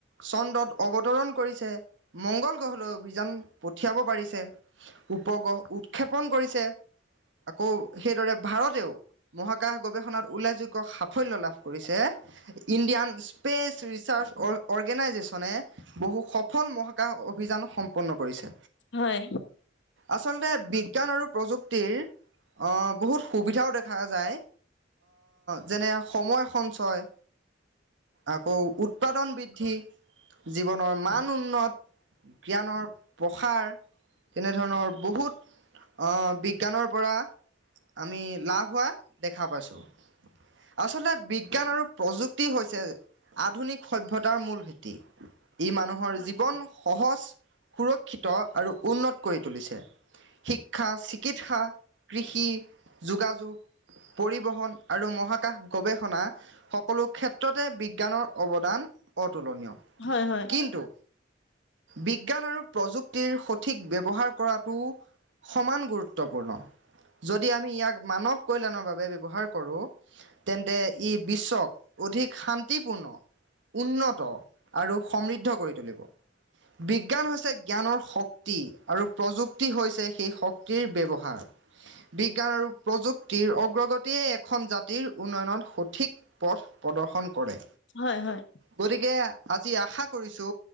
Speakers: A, on the right (about 75°); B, on the left (about 70°).
A: চন্দ্ৰত অৱতৰণ কৰিছে মংগল গ্ৰহলৈ অভিযান। পঠিয়াব পাৰিছে উপগ্ৰহ উৎক্ষেপণ কৰিছে। আকৌ সেইদৰে ভাৰতেও মহাকাশ গৱেষণাত উল্লেখযোগ্য সাফল্য লাভ কৰিছে। ইণ্ডিয়ান স্পেচ ৰিচাৰ্চ অৰ্গেনাইজেশ্যনে বহু সফল মহাকাশ অভিযান সম্পন্ন কৰিছে।
B: হয় হয়
A: আচলতে বিজ্ঞান আৰু প্ৰযুক্তিৰ অ, বহুত সুবিধাও দেখা যায়, যেনে সময় সঞ্চয় আকৌ উৎপাদন বৃদ্ধি, জীৱনৰ মান উন্নত জ্ঞানৰ প্ৰসাৰ তেনেধৰণৰ বহুত বিজ্ঞানৰ পৰা আমি লাভ হোৱা দেখা পাইছোঁ। আচলতে বিজ্ঞান আৰু প্ৰযুক্তি হৈছে আধুনিক সভ্যতাৰ মূল ভেটি। ই মানুহৰ জীৱন সহজ, সুৰক্ষিত আৰু উন্নত কৰি তুলিছে। শিক্ষা, চিকিৎসা, কৃষি, যোগাযোগ। পৰিবহণ আৰু মহাকাশ গৱেষণা সকলো ক্ষেত্ৰতে বিজ্ঞানৰ অৱদান অতুলনীয়।
B: হয় হয়।
A: কিন্তু বিজ্ঞান আৰু প্ৰযুক্তিৰ সঠিক ব্যৱহাৰ কৰাটো সমান গুৰুত্বপূৰ্ণ। যদি আমি ইয়াক মানৱ কল্যাণৰ বাবে ব্যৱহাৰ কৰোঁ তেন্তে ই বিশ্বক অধিক শান্তিপূৰ্ণ, উন্নত আৰু সমৃদ্ধ কৰি তুলিব। বিজ্ঞান হৈছে জ্ঞানৰ শক্তি আৰু প্ৰযুক্তি হৈছে সেই শক্তিৰ ব্যৱহাৰ। বিজ্ঞান আৰু প্ৰযুক্তিৰ অগ্ৰগতিয়ে এখন জাতিৰ উন্নয়নত সঠিক পথ প্ৰদৰ্শন কৰে
B: হয় হয়
A: গতিকে আজি আশা কৰিছো